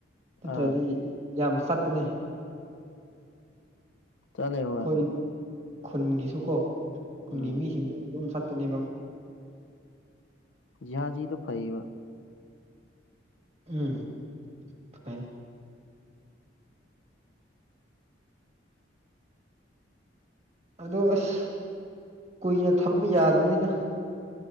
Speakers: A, on the right; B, on the left.
A: ꯅꯠꯇ꯭ꯔꯗꯤ
B: ꯑꯥ
A: ꯌꯥꯝ ꯆꯠꯄꯅꯦ
B: ꯆꯠꯂꯦ ꯍꯣꯏ
A: ꯑꯈꯣꯏ ꯈꯨꯟꯒꯤꯁꯨꯀꯣ ꯈꯨꯟꯒꯤ
B: ꯎꯝ
A: ꯃꯤꯁꯤꯡꯗꯣ ꯑꯗꯨꯝ ꯆꯠꯄꯅꯦꯕ
B: ꯖꯤꯍꯥꯖꯤꯗꯣ ꯐꯩꯌꯦꯕ
A: ꯎꯝ ꯐꯩ ꯑꯗꯣ ꯑꯁ ꯀꯨꯏꯅ ꯊꯝꯕ ꯌꯥꯗꯕꯅꯤꯅ